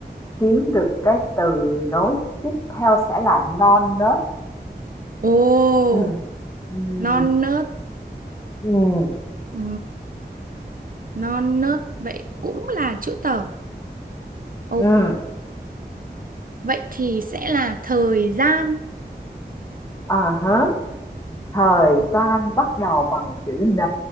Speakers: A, on the left; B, on the right.
A: kiếm được cái từ nối tiếp theo sẽ là non nớt.
B: Ồ,
A: Ừm, ừm,
B: non nớt.
A: ừm,
B: Ừ. non nớt vậy cũng là chữ tờ ok
A: ừm.
B: vậy thì sẽ là thời gian
A: À hả, thời gian bắt đầu bằng chữ N,